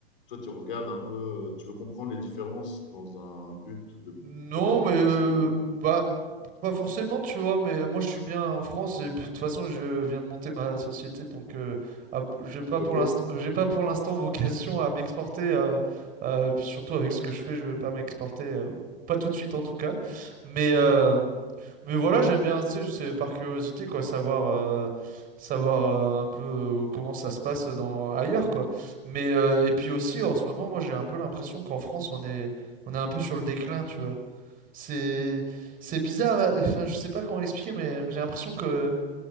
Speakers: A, on the left; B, on the right.
A: toi tu regardes un peu, euh, tu veux comprendre les différences dans un but de
B: Non,
A: peut-être venir
B: mais euh,
A: ici ou?
B: bah, Pas forcément, tu vois, mais moi je suis bien en France et puis, de toute façon je viens de monter ma société, donc euh, ah, j'ai pas
A: Ok.
B: pour l'instant, j'ai pas pour l'instant <laughs> vocation à m'exporter, euh, euh, et puis surtout avec ce que je fais, je vais pas m'exporter, euh, pas tout de suite en tout cas, mais euh, mais voilà, j'aime bien, tu sais, c'est par curiosité quoi, savoir euh, savoir euh, un peu euh, comment ça se passe dans ailleurs quoi, mais euh, et puis aussi en ce moment, moi j'ai un peu l'impression qu'en France on est on est un peu sur le déclin, tu vois. C'est c'est bizarre, euh, enfin je sais pas comment l'expliquer, mais j'ai l'impression que